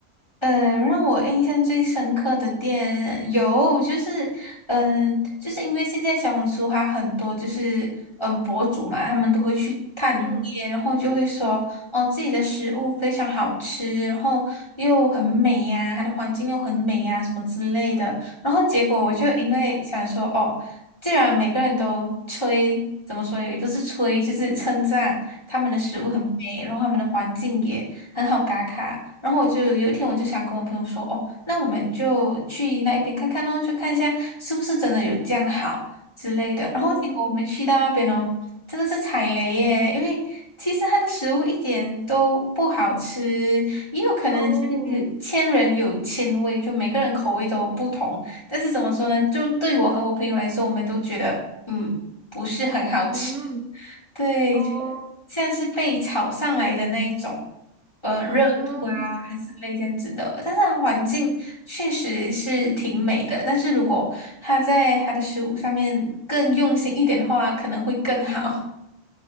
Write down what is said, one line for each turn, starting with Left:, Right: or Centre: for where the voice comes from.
Left: 嗯，让我印象最深刻的店有，就是，嗯，就是因为现在小红书还很多，就是嗯博主嘛，他们都会去探店，
Right: 嗯
Left: 然后就会说，哦，自己的食物非常好吃，然后又很美呀、它的环境又很美呀、什么之类的。然后结果我就因为想说，
Right: 嗯嗯
Left: 哦，既然每个人都吹，怎么说也不是吹，就是称赞他们的食物很美，然后他们的环境也。很好打卡。然后我就有一天我就想跟我朋友说，哦，那我们就去那一边看看哦，就看一下是不是真的有这样好之类的。然后结果我们去到那边哦，
Right: 嗯嗯
Left: 真的是踩雷耶，因为其实它的食物一点都不好吃，也有可能是千人有千味，
Right: 哦
Left: 就每个人口味都不同。但是怎么说呢，
Right: 嗯
Left: 就对我和我朋友来说，我们都觉得嗯不是很好吃，
Right: 嗯，
Left: <laughs> 对，
Right: 哦
Left: 就像是被炒上来的那一种。嗯，
Right: 哦
Left: 热度啊，还是类这样子的。但是它环境确实是挺美的，但是如果它在它的食物上面更用心一点的话，可能会更好。